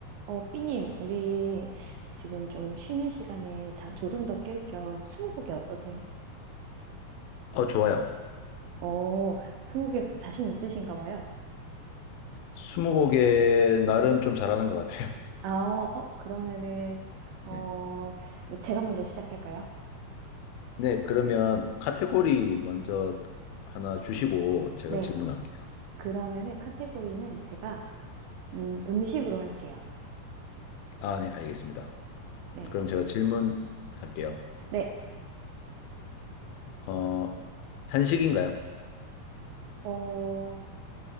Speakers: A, on the right (about 80°); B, on the left (about 85°).
A: 어, 삐님, 우리 지금 좀 쉬는 시간에 잠 졸음 더 깰 겸 스무고개 어떠세요?
B: 어, 좋아요.
A: 어, 스무고개 자신 있으신가 봐요.
B: 스무고개 나름 좀 잘하는 것 같아요.
A: 아, 어, 그러면은,
B: <laughs>
A: 어,
B: 네.
A: 네, 제가 먼저 시작할까요?
B: 네, 그러면 카테고리 먼저 하나 주시고 제가
A: 네.
B: 질문할게요.
A: 그러면은 카테고리는 제가, 음, 음식으로 할게요.
B: 아, 네, 알겠습니다.
A: 네.
B: 그럼 제가 질문할게요.
A: 네.
B: 어, 한식인가요?
A: 어,